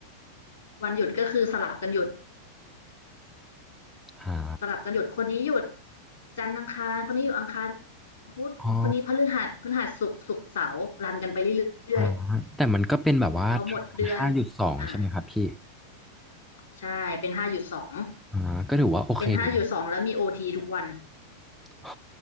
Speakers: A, on the left (about 65°); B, in the centre.
A: วันหยุดก็คือสลับกันหยุด
B: หา
A: สลับกันหยุดคนนี้หยุดจันทร์อังคารคนนี้อยู่อังคารพุธคนนี้พฤหัสพฤหัสศุกร์ศุกร์เสาร์รันกันไปเรื่อย
B: อ๋อหาแต่มันก็เป็นแบบว่า
A: ๆพอหมดเดือน
B: ห้าจุดสองใช่ไหมครับพี่
A: อ่าใช่เป็นห้าหยุดสอง
B: อ่าก็ถือว่าโอเค
A: เป็นห้าหยุดสองแล้วมีโอทีทุกวัน
B: <laughs> นะอ๋อ